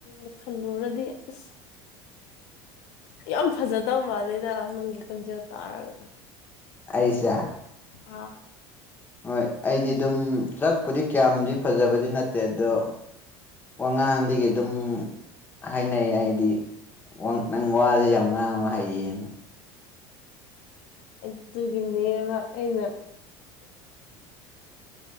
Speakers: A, on the left; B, on the left.
A: ꯑ ꯈꯜꯂꯨꯔꯗꯤ ꯑꯁ ꯌꯥꯝ ꯐꯖꯗꯕ ꯃꯥꯂꯦꯗ ꯅꯪꯒꯤ ꯈꯣꯟꯖꯦꯜ ꯇꯥꯔꯒ
B: ꯑꯩꯁꯦ
A: ꯑꯥ
B: ꯍꯣꯏ ꯑꯩꯗꯤ ꯑꯗꯨꯝ ꯁꯥꯛꯄꯨꯗꯤ ꯀꯌꯥꯝꯗꯤ ꯐꯖꯕꯗꯤ ꯅꯠꯇꯦ ꯑꯗꯣ ꯋꯥꯉꯥꯡꯗꯒꯤ ꯑꯗꯨꯝ ꯍꯥꯏꯅꯩ ꯑꯩꯗꯤ ꯅꯪ ꯋꯥꯁꯦ ꯌꯥꯝ ꯉꯥꯡꯕ ꯍꯩꯌꯦꯅ
A: ꯑꯁ ꯑꯗꯨꯒꯤꯅꯦꯕ ꯑꯩꯅ